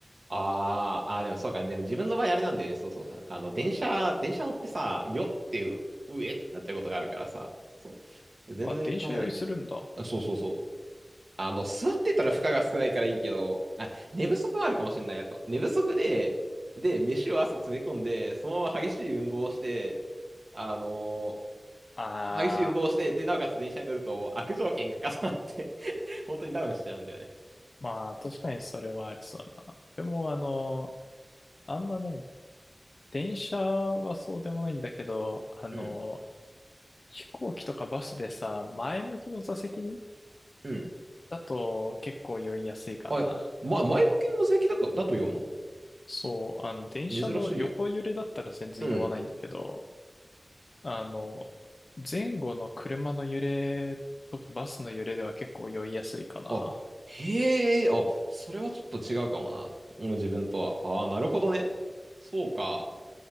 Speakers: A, on the right; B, on the left.
A: あーあー、でもそうか。でも自分の場合あれなんだよね。そうそうさ。あの、電車、電車乗ってさ、よっていう、うえってなっちゃうことがあるからさ。そう。全然食べないんだよ。
B: あ、電車用意するんだ。
A: あ、そうそうそう。あの、座ってたら負荷が少ないからいいけど、あ、寝不足もあるかもしれないやと。寝不足で、で、飯を朝詰め込んで、そのまま激しい運動をして、あのー
B: あー、
A: 激しい運動をして、で、なおかつ電車に乗ると悪条件が重なって <laughs> 本当にダウンしちゃうんだよね。
B: まあ確かにそれはありそう。でもあの、あんまね、電車はそうでもないんだけど、あの、
A: うん、
B: 飛行機とかバスでさ、前向きの座席に
A: うん。
B: だと結構酔いやすいかな。
A: あれ、ま、前向きの座席だか、だと言うの
B: そう、あの、電車の横揺れだったら全然酔わないんだけど、
A: う、珍しい。うん。
B: あの、前後の車の揺れとかバスの揺れでは結構酔いやすいかな。
A: あ、へえ、あ、それはちょっと違うかもな。もう自分とは。ああ、なるほどね。そうか。